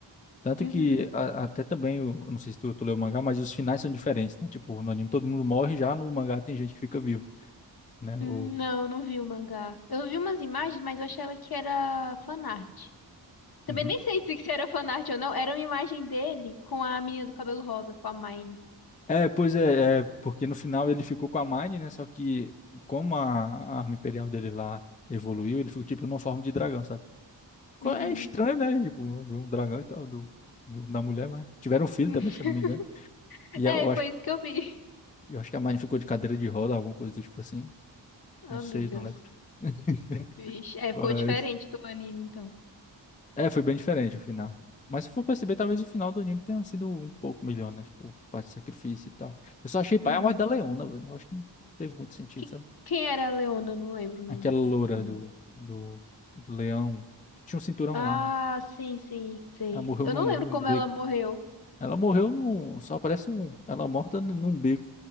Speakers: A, on the left (about 20°); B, on the left (about 55°).
A: Tanto
B: Uhum.
A: que a- até também, o- eu não sei se tu, tu leu o mangá, mas os finais são diferentes, né? Tipo, no anime todo mundo morre, já no mangá tem gente que fica vivo, né?
B: Hum,
A: O...
B: Não, não vi o mangá. Eu vi umas imagens, mas eu achava que era fanart. Também
A: Uhum.
B: nem sei se isso era fanart ou não. Era uma imagem dele com a menina do cabelo rosa, com a Mine.
A: É, pois é, é, porque no final ele ficou com a Mine, né? Só que como a, a arma imperial dele lá evoluiu, ele ficou tipo numa forma de dragão, sabe? Ficou-
B: Uhum.
A: É estranho, né? Tipo, ver um dragão e tal, do, do- da mulher, mas tiveram um filho
B: <laughs>
A: também, se eu não me engano. E
B: É,
A: eu acho,
B: foi isso que eu vi.
A: eu acho que a Mine ficou de cadeira de roda, alguma coisa do tipo assim.
B: Oh,
A: Não sei,
B: meu Deus.
A: não lembro. <laughs>
B: Vixe. É,
A: Mas
B: ficou diferente do anime, então.
A: É, foi bem diferente o final. Mas se for perceber, talvez o final do anime tenha sido um pouco melhor, né? Tipo, parte de sacrifício e tal. Eu só achei pai
B: Uhum.
A: a morte da Leona, velho. Eu acho que não teve muito sentido,
B: Que-
A: sabe?
B: Quem era a Leona? Eu não lembro o
A: Aquela
B: nome.
A: loura
B: Por
A: do,
B: nome.
A: do, do leão. Tinha um cinturão
B: Ah,
A: lá.
B: sim, sim, sei.
A: Ela morreu
B: Eu
A: num,
B: não lembro
A: num
B: como
A: beco.
B: ela morreu.
A: Ela morreu num. Só aparece um. Ela morta num num beco.